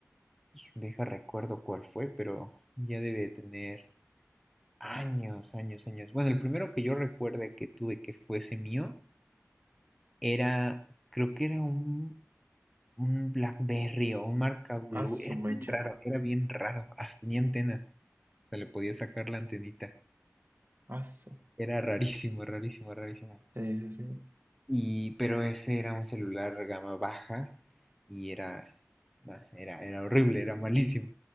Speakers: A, in the centre; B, on the right.
A: deja recuerdo cuál fue, pero ya debe de tener años, años, años. Bueno, el primero que yo recuerde que tuve que fuese mío era, creo que era un, un BlackBerry o un marca Blue.
B: Ah, su
A: Era
B: mecha.
A: bien raro, era bien raro. Hasta tenía antena. O sea, le podía sacar la antenita.
B: Ah, su.
A: Era rarísimo, rarísimo, rarísimo.
B: Sí, sí, sí.
A: Y, pero ese era un celular gama baja y era, nah, era, era horrible, era malísimo